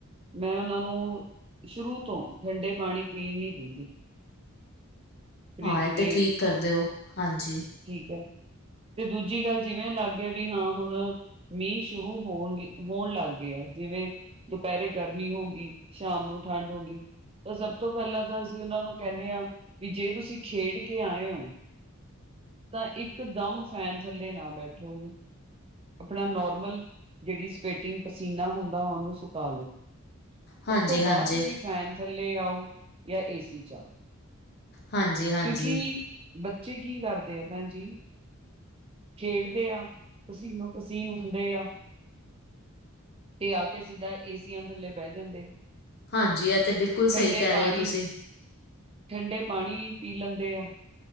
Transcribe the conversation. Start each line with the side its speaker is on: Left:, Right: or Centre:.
Right: ਮੈਂ ਉਹਨਾਂ ਨੂੰ ਸ਼ੁਰੂ ਤੋਂ ਡੰਡੇ ਪਾਣੀ ਪੀਣ ਨੀ ਦਿੰਦੀ। ਫਰਿੱਜ
Left: ਹਾਂ ਇਹ
Right: ਦੇ
Left: ਤੇ ਠੀਕ ਕਰ ਦੇ ਓ, ਹਾਂਜੀ।
Right: ਠੀਕ ਹੈ, ਤੇ ਦੂਜੀ ਗੱਲ ਜਿਵੇਂ ਲੱਗ ਗਿਆ ਵੀ ਹਾਂ ਹੁਣ ਮੀਂਹ ਸ਼ੁਰੂ ਹੋਣਗੇ ਹੋਣ ਲੱਗ ਗੇ ਆ, ਜਿਵੇਂ ਦੁਪਹਿਰੇ ਗਰਮੀ ਹੋਗੀ ਸ਼ਾਮ ਨੂੰ ਠੰਡ ਹੋਗੀ। ਤਾਂ ਸਭ ਤੋਂ ਪਹਿਲਾਂ ਤਾਂ ਅਸੀਂ ਉਹਨਾਂ ਨੂੰ ਕਹਿਣੇ ਆ ਵੀ ਜੇ ਤੁਸੀਂ ਖੇਡ ਕੇ ਆਏ ਓ ਤਾਂ ਇੱਕ ਦਮ ਫੈਨ ਥੱਲੇ ਨਾ ਬੈਠੋ ਜੇ। ਆਪਣਾ ਨੋਰਮਲ ਜਿਹੜੀ ਸਵੈਟਿੰਗ ਪਸੀਨਾ ਹੁੰਦਾਾ ਉਹਨੂੰ ਸੁਕਾ ਲਓ।
Left: ਹਾਂਜੀ
Right: ਉਸ ਤੋਂ
Left: ਹਾਂਜੀ
Right: ਬਾਅਦ ਤੁਸੀਂ ਫੈਨ ਥੱਲੇ ਆਓ, ਜਾਂ ਏਸੀ ਚ ਆਓ।
Left: ਹਾਂਜੀ ਹਾਂਜੀ
Right: ਕਿਉਂਕੀ ਬੱਚੇ ਕੀ ਕਰਦੇ ਆ ਭੈਣ ਜੀ? ਖੇਡਦੇ ਆ, ਪਸੀਨੋ ਪਸੀਨ ਔਂਦੇ ਆ। ਤੇ ਆ ਕੇ ਸਿੱਧਾ ਏਸੀਆਂ ਥੱਲੇ ਬਹਿ ਜਾਂਦੇ ਆ।
Left: ਹਾਂਜੀ ਇਹ ਤੇ ਬਿਲਕੁਲ
Right: ਠੰਡੇ
Left: ਸਹੀ ਕਹਿ
Right: ਪਾਣੀ
Left: ਰਹੇ ਓ ਤੁਸੀਂ।
Right: ਠੰਡੇ ਪਾਣੀ ਪੀ ਲੈਂਦੇ ਆ।